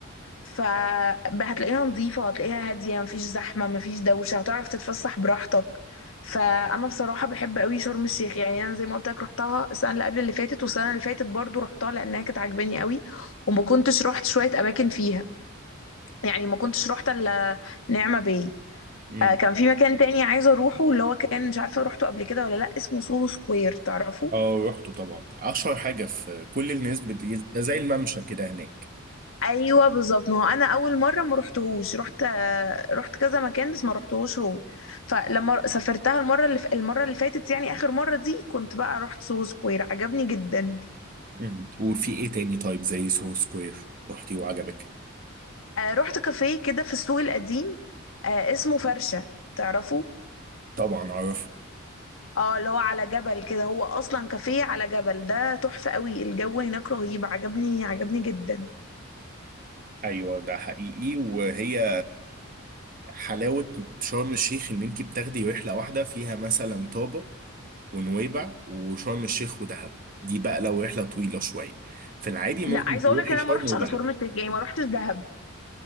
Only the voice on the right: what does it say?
امم
اه رحت طبعا اشهر حاجة في كل الناس بت- ده زي الممشى كده هناك
مم. وفي ايه تاني طيب زي سو سكوير رحتي وعجبك
طبعا اعرف
ايوه ده حقيقي وهي حلاوه شرم الشيخ ان انت بتاخدي رحله واحده فيها مثلا طابه ونويبع وشرم الشيخ ودهب دي بقى لو رحله طويله شويه في العادي ممكن
تروحي
شرم
ودهب